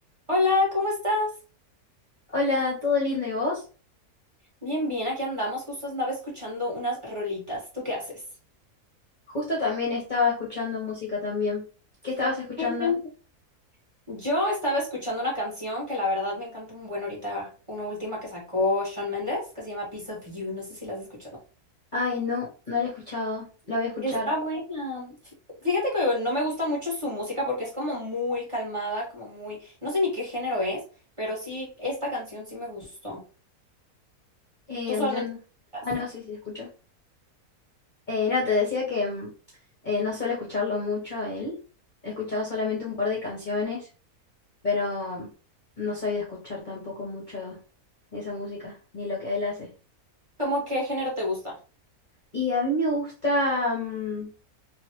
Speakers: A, on the right; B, on the left.
A: Hola, ¿cómo estás?
B: Hola, ¿todo lindo y vos?
A: Bien, bien, aquí andamos. Justo andaba escuchando unas rolitas. ¿Tú qué haces?
B: Justo también estaba escuchando música también. ¿Qué estabas escuchando?
A: Bien, bien. Yo estaba escuchando una canción que la verdad me encanta un buen ahorita, una última que sacó Shawn Mendes, que se llama Piece of You. No sé si la has escuchado.
B: Ay, no, no lo he escuchado. Lo voy a escuchar.
A: Está buena. F- Fíjate que no me gusta mucho su música porque es como muy calmada, como muy... No sé ni qué género es, pero sí, esta canción sí me gustó.
B: Eh,
A: ¿Tú usualmente...
B: yo no-
A: escuchas?
B: Ah, no, sí, sí, escucho. Eh, no, te decía que mm, eh, no suelo escucharlo mucho a él. He escuchado solamente un par de canciones, pero mm, no soy de escuchar tampoco mucho esa música, ni lo que él hace.
A: ¿Cómo qué género te gusta?
B: Y a mí me gusta, mm,